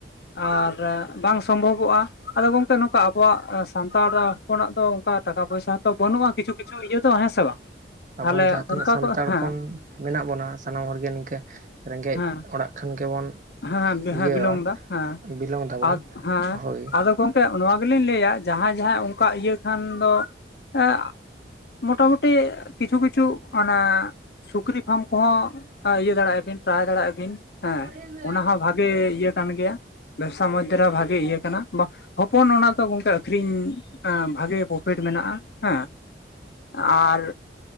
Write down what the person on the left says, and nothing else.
ᱟᱨ ᱵᱟᱝ ᱥᱚᱢᱵᱷᱚᱵᱚᱜᱼᱟ᱾ ᱟᱫᱚ ᱜᱚᱝᱠᱮ ᱱᱚᱝᱠᱟ ᱟᱵᱚᱣᱟᱜ ᱥᱟᱱᱛᱟᱲ ᱦᱚᱯᱚᱱᱟᱜ ᱫᱚ ᱚᱱᱠᱟ ᱴᱟᱠᱟ ᱯᱚᱭᱥᱟ ᱛᱚ ᱵᱟᱹᱱᱩᱜᱼᱟ ᱠᱤᱪᱷᱩ ᱠᱤᱪᱷᱩ ᱤᱭᱟᱹ ᱫᱚ ᱦᱮᱸ ᱥᱮ ᱵᱟᱝ?
ᱛᱟᱦᱚᱞᱮ
ᱚᱱᱠᱟ
ᱠᱚ ᱦᱮᱸ
ᱦᱮᱸ
ᱦᱮᱸ
ᱦᱮᱸ ᱵᱤᱞᱚᱢ ᱫᱟ ᱦᱮᱸ
ᱦᱮᱸ
ᱟᱫᱚ ᱜᱚᱝ ᱱᱚᱣᱟ ᱜᱮᱞᱤᱧ ᱞᱟᱹᱭᱟ ᱡᱟᱦᱟᱸᱭ ᱡᱟᱦᱟᱸᱭ ᱚᱱᱠᱟ ᱤᱭᱟᱹ ᱠᱷᱟᱱ ᱫᱚ ᱮᱸᱻ ᱢᱚᱴᱟ ᱢᱩᱴᱤ ᱠᱤᱪᱷᱩ ᱠᱤᱪᱷᱩ ᱚᱱᱟ ᱥᱩᱠᱨᱤ ᱯᱷᱟᱨᱢ ᱠᱚᱦᱚᱸ ᱤᱭᱟᱹ ᱫᱟᱲᱮᱭᱟᱜᱼᱟ ᱵᱤᱱ ᱴᱮᱨᱟᱭ ᱫᱟᱲᱮᱭᱟᱜᱼᱟ ᱵᱤᱱ᱾
ᱦᱮᱸ ᱚᱱᱟ ᱦᱚᱸ ᱵᱷᱟᱜᱮ ᱤᱭᱟᱹ ᱠᱟᱱ ᱜᱮᱭᱟ ᱵᱮᱵᱽᱥᱟ ᱢᱚᱫᱽᱫᱷᱮᱨᱮ ᱵᱷᱟᱜᱤ ᱤᱭᱟᱹ ᱠᱟᱱᱟ᱾ <unintelligible> ᱦᱚᱯᱚᱱ ᱚᱱᱟ ᱫᱚ ᱜᱚᱝᱠᱮ ᱟᱹᱷᱨᱤᱧ ᱵᱷᱟᱜᱤ ᱯᱚᱯᱷᱮᱴ ᱢᱮᱱᱟᱜᱼᱟ ᱦᱮᱸ ᱟᱨ